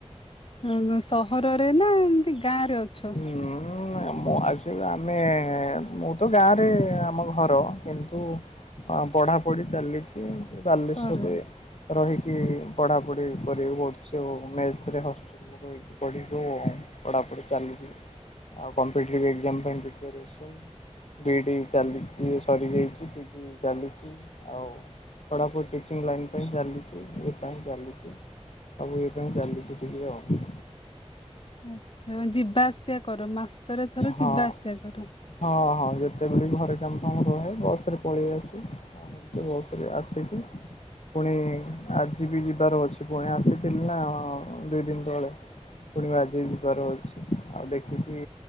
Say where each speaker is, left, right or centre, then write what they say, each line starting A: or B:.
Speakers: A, on the left (about 55°); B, on the left (about 80°).
A: ଉ ସହରରେ ନା ଏମିତି ଗାଁ ରେ ଅଛ।
B: ହୁଁ ମୁଁ ଆ ଆମେ ମୁଁ ତ ଗାଁରେ ଆମ ଘର କିନ୍ତୁ ପଢାପଢି ଚାଲିଛି ବାଲେଶ୍ଵରରେ
A: ସହରରେ
B: ରହି କି ପଢ଼ାପଢ଼ି କରିବାକୁ ପଡ଼ୁଛି ଆଉ ମେସରେ ହଷ୍ଟେଲରେ ରହିକି ପଢ଼ିବୁ ପଢ଼ାପଢ଼ି ଚାଲଛି ଆଉ କମ୍ପିଟେଟିଭ୍ ଏକ୍ଜାମ ପାଇଁ ପ୍ରିପୋରେସନ। ବି ଇ ଡି ଚାଲିଚି ସରିଯାଇଛି ପିଜି ଚାଲିଚି ଆଉ ପଢାପଢି ଟିଚିଂ ଲାଇନ ପାଇଁ ଚାଲିଚି ଏ ପାଇଁ ଚାଲିଚି। ସବୁ ଏଇ ପାଇଁ ଚାଲିଚି ଟିକେ ଆଉ।
A: ଆଛା ଯିବା ଆସିବା କର ମାସରେ ଥର
B: ହଁ
A: ଯିବା ଆସିବା କର।
B: ହଁ ହଁ ଯେତେବେଳେ ଘରେ କାମ କାମ ରୁହେ ବସ୍ ରେ ପଳେଇ ଆସି ଆର ବସ୍ ଆସିକି ପୁଣି ଆଜି ବି ଯିବାର ଅଛି ପୁଣି ଆସିଥିଲି ନା ଦୁଇ ଦିନ ତଳେ। ପୁଣି ଆଜିି ବି ଯିବାର ଅଛି ଆଉ ଦେଖିକି